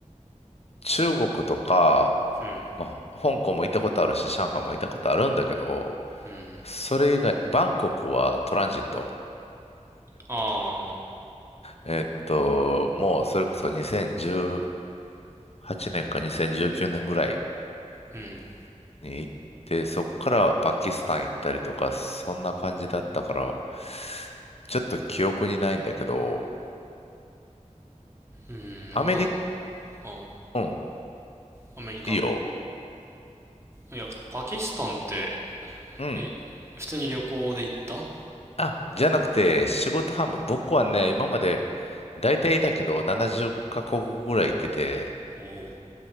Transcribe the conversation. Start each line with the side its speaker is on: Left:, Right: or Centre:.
Left: 中国とか、
Right: うん。
Left: まあ、香港も行ったことあるし、上海も行ったことあるんだけど、
Right: うん。
Left: それ以外、バンコクはトランジット。
Right: ああ、
Left: えっと、もうそれこそ2018年か2019年ぐらい
Right: うん。
Left: に行って、そっからパキスタン行ったりとか、そんな感じだったから、ちょっと記憶にないんだけど、
Right: うん、
Left: アメリカ、
Right: まあ、
Left: うん、
Right: あ、アメリカ。
Left: いいよ。
Right: いや、パキスタンって、
Left: うん。
Right: え、普通に旅行で行った
Left: あ、じゃなくて、仕事半分、僕はね、今まで、大体だけど、70カ国ぐらい行ってて、
Right: おおう。